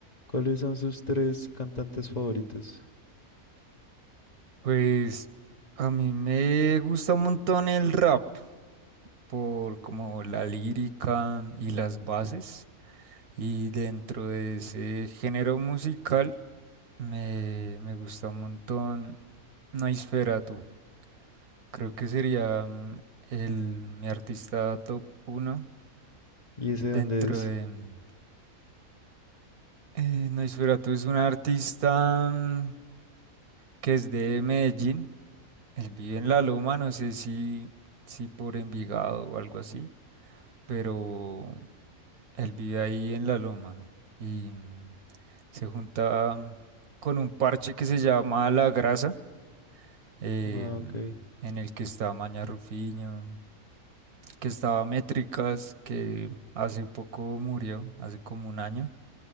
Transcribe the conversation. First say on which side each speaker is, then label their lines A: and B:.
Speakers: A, on the left; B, on the right.
A: ¿Cuáles son sus tres cantantes favoritos?
B: Pues a mí me gusta un montón el rap por como la lírica y las bases. Y dentro de ese género musical me, me gusta un montón Nosferatu. Creo que sería mm, el, mi artista top uno
A: ¿Y ese
B: dentro
A: dónde es?
B: de... mm, Eh, Nosferatu es un artista mm, que es de Medellín. Él vive en La Loma, no sé si, si por Envigado o algo así. pero él vive ahí en la loma y mm, se junta mm, con un parche que se llama La Grasa, eh,
A: Ah,
B: mm,
A: ok.
B: en el que está Maña Rufiño, que estaba Métricas, que hace poco murió, hace como un año.